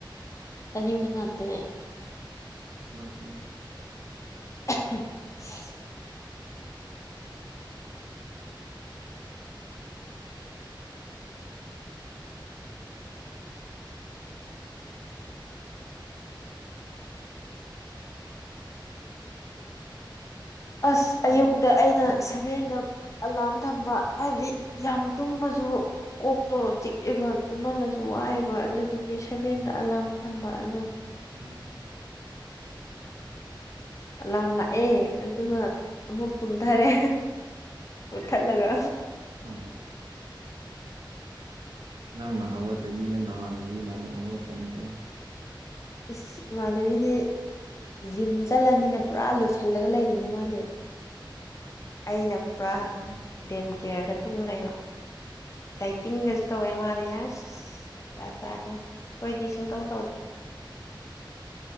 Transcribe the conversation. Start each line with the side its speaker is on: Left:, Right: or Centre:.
Left: ꯆꯅꯤꯡꯕ ꯉꯥꯛꯇꯅꯦꯦ
Right: ꯑꯗꯨ
Left: <inaudible> ꯑꯁ
Right: ꯊꯔꯣꯏ
Left: ꯑꯌꯨꯛꯇ ꯑꯩꯅ ꯁꯚꯦꯟꯗ ꯑꯂꯥꯔꯝ ꯊꯝꯕ ꯍꯥꯏꯗꯤ ꯌꯥꯝ ꯇꯨꯝꯃꯁꯨ ꯀꯣꯛꯇꯣ ꯆꯤꯛꯑꯦꯕ ꯇꯨꯝꯍꯜꯂꯁꯨ ꯋꯥꯏꯑꯦꯕ ꯑꯗꯨꯗꯤ ꯗꯦꯠ ꯁꯚꯦꯟꯗ
Right: ꯎꯝ
Left: ꯑꯂꯥꯝ ꯊꯝꯕ ꯑꯗꯨꯝ
Right: ꯎꯝ
Left: ꯂꯥꯝ ꯂꯥꯛꯑꯦ ꯑꯗꯨꯒ ꯑꯃꯨꯛ ꯇꯨꯝꯊꯔꯦ ꯃꯨꯠꯊꯠꯂꯒ
Right: ꯑ ꯅꯪꯅ ꯍꯧꯒꯠꯇꯕꯤꯗ ꯅꯃꯥꯟꯅꯕꯤꯅ ꯑꯃꯨꯛ ꯍꯧꯒꯠꯀꯅꯤꯀꯣ
Left: ꯏꯁ ꯏꯃꯥꯟꯅꯕꯤꯗꯤ ꯖꯤꯝ ꯆꯠꯂꯅꯤꯅ ꯄꯨꯔꯥ ꯂꯣꯏꯁꯤꯜꯂꯒ ꯂꯩꯔꯤꯅꯦ ꯃꯥꯅꯦ ꯑꯩꯅ ꯄꯨꯔꯥ
Right: ꯌꯥꯏꯅꯦ
Left: ꯗꯦꯝ ꯀꯦꯌꯔꯗ ꯇꯨꯝꯕ ꯂꯩꯕ ꯗꯥꯏꯇꯤꯡꯒꯁꯨ ꯇꯧꯋꯦ ꯃꯥꯂꯦ ꯑꯁ ꯆ ꯆꯥꯅꯤ ꯑꯩꯈꯣꯏꯗꯤ ꯁꯨꯡꯇꯧ ꯇꯧꯒꯦ